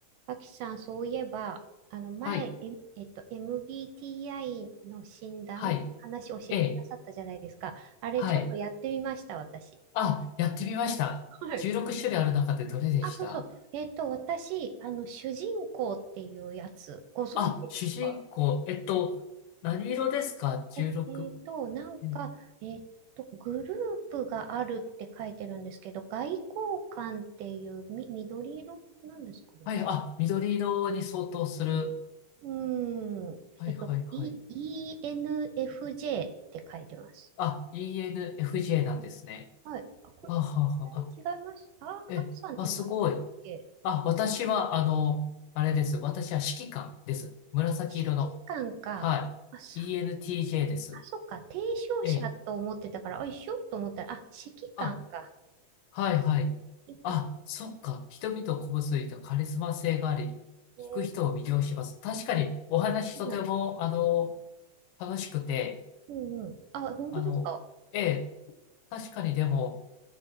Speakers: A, on the right; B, on the left.
A: アキさん、そういえば、あの前、
B: はい。
A: え、えっと、MBTI の診断の話を教えてくださったじゃないですか。
B: はい。ええ。
A: あれ、
B: はい。
A: ちょっとやってみました、私。
B: あ、やってみました。
A: はい。
B: 16種類ある中でどれでした
A: あ、そうそう。えっと、私、あの、主人公っていうやつ、ご存知ですか
B: あ、主人公、えっと、何色ですか ?16。
A: え、えっと、なんか、
B: え
A: えっと、グループがあるって書いてるんですけど、外交官っていう、み、緑色なんですかね。
B: はい。あ、緑色に相当する。
A: うーん。
B: はいはいはい。
A: えっと、E、n f j って書いてます。
B: あ、ENFJ なんですね。
A: はい。あ、これ、
B: はあはあはあ。あ
A: 違いましたあ、
B: え、
A: あきさんって何でしたっけ
B: まあ、すごい。あ、私は、あの、あれです。私は指揮官です。紫色の。
A: 指揮官か。
B: はい。
A: あ、さ、
B: ENTJ です。
A: あ、そっか。提唱者と思ってたから、
B: ええ。
A: あ、一緒と思ったら、あ、指揮官か。
B: あ、はいはい。
A: 指揮官。
B: あ、そっか。人々を鼓舞するとカリスマ性があり、
A: ね
B: 聞く人を魅了します。確かにお話とても、
A: うん
B: あの、楽しくて、
A: うんうん。あ、本当ですか。
B: あの、ええ、確かにでも、